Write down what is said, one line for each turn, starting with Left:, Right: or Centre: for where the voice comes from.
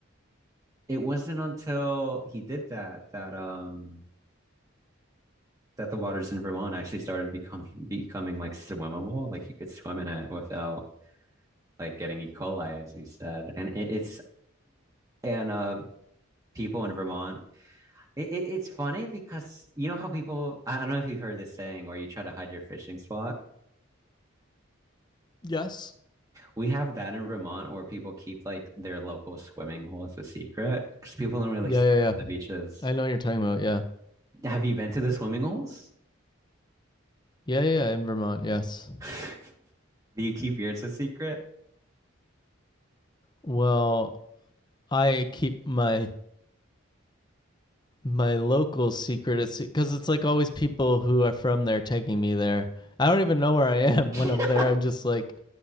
Right: it wasn't until he did that that um that the waters in Vermont actually started become becoming like swimmable. Like you could swim in it without like getting E. coli, as you said. And it, it's and uh people in Vermont It, it, it's funny because you know how people, I don't know if you've heard this saying where you try to hide your fishing spot.
Left: Yes.
Right: We have that in Vermont where people keep like their local swimming hole as a secret because people don't really
Left: Yeah,
Right: swim
Left: yeah, yeah.
Right: at the beaches.
Left: I know what you're talking about. Yeah.
Right: Have you been to the swimming holes?
Left: Yeah, yeah, yeah, in Vermont, yes.
Right: <laughs> Do you keep yours a secret?
Left: Well, I keep my my local secret it's cuz it's like always people who are from there taking me there. I don't even know where I am
Right: <laughs>
Left: <laughs> when I'm there. I'm just like